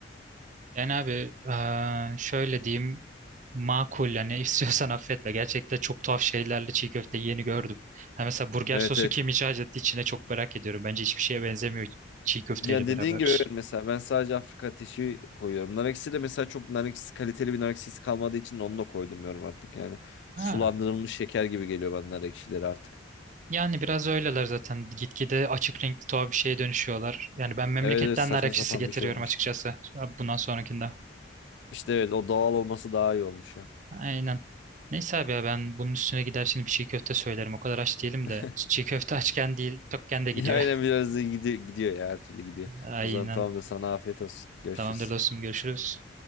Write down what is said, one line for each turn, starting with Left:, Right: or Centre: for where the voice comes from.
Right: Yani abi eee, şöyle diyeyim. Makul yani istiyorsan affetme. Gerçekten çok tuhaf şeylerle çiğ köfte yeni gördüm. Ha mesela burger
Left: Evet
Right: sosu
Left: evet.
Right: kim icat etti içine çok merak ediyorum. Bence hiçbir şeye benzemiyor çiğ köfteyle
Left: Ya dediğin
Right: beraber.
Left: gibi evet, mesela ben sadece Afrika ateşi koyuyorum. Nar ekşisi de mesela çok nar ekşisi kaliteli bir nar ekşisi kalmadığı için onu da koydurmuyorum artık yani.
Right: Ha.
Left: Sulandırılmış şeker gibi geliyor bana nar ekşileri artık.
Right: Yani biraz öyleler zaten. Gitgide açık renkli tuhaf bir şeye dönüşüyorlar. Yani ben memleketten
Left: Evet, evet saçma
Right: nar ekşisi
Left: sapan
Right: getiriyorum
Left: bir şey olmuştu.
Right: açıkçası. Abi Bundan sonrakinde.
Left: İşte evet o doğal olması daha iyi olmuş ya.
Right: Aynen. Neyse abi ya ben bunun üstüne gider şimdi bir çiğ köfte söylerim. O kadar aç değilim
Left: <laughs>
Right: de. Çiğ köfte açken değil, tokken de gidiyor.
Left: Aynen biraz da gidi- gidiyor ya her türlü gidiyor.
Right: <laughs> Aynen.
Left: O zaman tamam da sana afiyet olsun. Görüşürüz.
Right: Tamamdır dostum görüşürüz.